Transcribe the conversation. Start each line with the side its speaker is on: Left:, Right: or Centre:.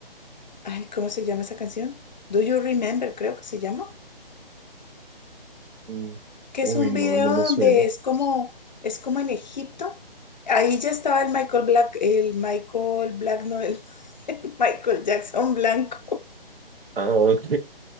Left: Ay, ¿cómo se llama esa canción? Do You Remember, creo que se llama.
Right: Mm,
Left: Que
Right: Uy,
Left: es un
Right: no,
Left: video
Right: no me suena.
Left: donde es como, es como en Egipto. Ahí ya estaba el Michael Black, el Michael Black, no, el, <laughs> el Michael Jackson Blanco.
Right: Ah, ok.